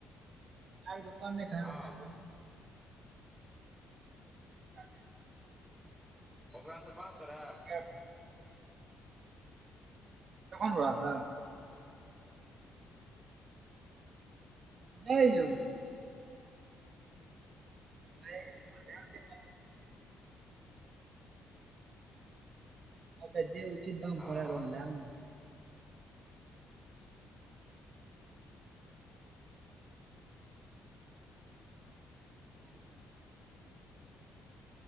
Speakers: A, on the right (about 50°); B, in the centre.
A: आय दुकान नै खाए
B: हँ
A: जैनाए छै। <inaudible>
B: ओकरा से बात कराएब।
A: ककरा से? दोकान बला से? नय यौ।
B: हँ
A: नै यौ अहां लै नै लैब अहां। तैय जे उचित दाम
B: हँ
A: पड़े ल लेए नैय।
B: ह
A: <inaudible>
B: <unintelligible>